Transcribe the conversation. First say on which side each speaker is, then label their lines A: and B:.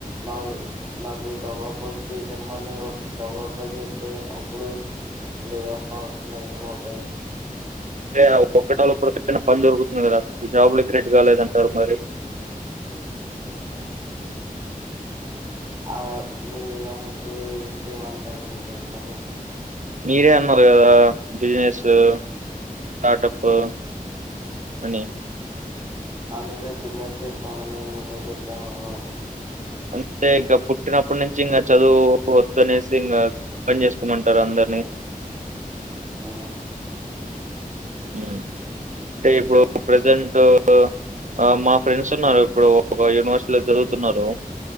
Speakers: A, on the right; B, on the right.
A: నలు నన్ను డవ్వప్ప చేచిమ్మని డవ్వప్పచెతే అప్పుడు లే ఆఫ్స్ అవ్వకుండా ఏమవుతాయి
B: అంటే ఒక్కట ఒకరిైనా పని దొరుకుతుంది కదా అసలు జాబ్లే ఎ క్రెట్ కాలేదంటారు మరి ంది <inaudible>
A: ఆ మీరు నమ్ముతురు ఏం చేయమంటారని మీ చెప్పండి అస
B: మీరే అన్నారు గదా బిజినెసు స్టార్టపు అని
A: అందుర్తో బిన్నెస్ చెతన అని ముందే చెప్పా కదా అని
B: అంటే ఇంకా పుట్టినప్పటి నుంచి ఇంగ చదువు వద్దు అనేసి ఇంగ పని చేసుకోమంటారు అందరు ని
A: ఆ
B: ఊమ్ అంటే ఇప్పుడు ప్రజెంటు ఆ మా ఫ్రెండ్స్ ఉన్నారు ఇప్పుడు ఒక యూనివర్సిటీలో చదువుతున్నారు